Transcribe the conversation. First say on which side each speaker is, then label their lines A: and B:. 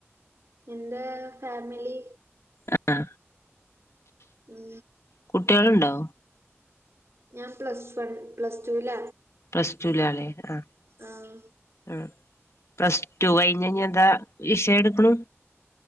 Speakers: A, on the right; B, on the left.
A: എന്റെ ഫാമിലി
B: അ ആ
A: ഉം
B: കുട്ട്യേള്ണ്ടോ?
A: ഞാൻ പ്ലസ് വൺ, പ്ലസ്ട്ടൂല
B: പ്ലസ്ടുലാല്ലേ ആ
A: ആഹ
B: ആ പ്ലസ് ടു കഴിഞ്ഞ് ഇഞ്ഞന്താ വിഷയ എടുക്ക്ണു